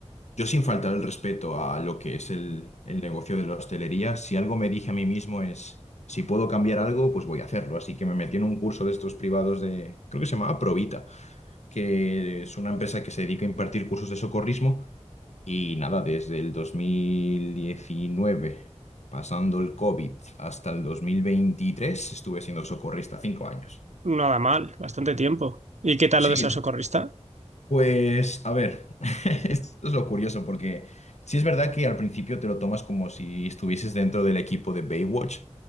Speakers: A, on the left; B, on the right.
A: Yo sin faltar el respeto a lo que es el, el negocio de la hostelería, si algo me dije a mí mismo es, si puedo cambiar algo, pues voy a hacerlo. Así que me metí en un curso de estos privados de, creo que se llamaba Provita, que es una empresa que se dedica a impartir cursos de socorrismo. Y nada, desde el 2019, pasando el COVID hasta el 2023, estuve siendo socorrista cinco años.
B: nada mal, bastante tiempo. ¿Y qué tal
A: Sí,
B: lo de ser socorrista?
A: Pues, a ver, <laughs> esto es lo curioso, porque sí es verdad que al principio te lo tomas como si estuvieses dentro del equipo de Baywatch,